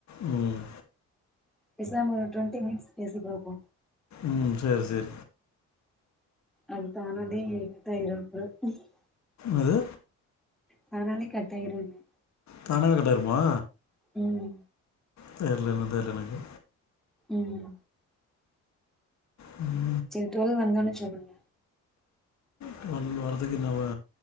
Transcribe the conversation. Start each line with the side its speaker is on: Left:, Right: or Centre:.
Left: ம்
Centre: பேசாம ஒரு டுவெண்டி மினிட்ஸ் பேசி பாப்போ
Left: ம் சரி சரி
Centre: அதுதானனே தயிர <unintelligible>
Left: அது
Centre: தானாவே கட் ஆகிரும்ன்னே
Left: தானா கட் ஆகிருமா
Centre: ம்
Left: தெரில என் தெரில எனக்கு
Centre: ம்
Left: ம்
Centre: சரி டுவெல் வந்தோன்னே சொல்லுங்க
Left: டுவல் வரதுக்கு இன்னு ஒ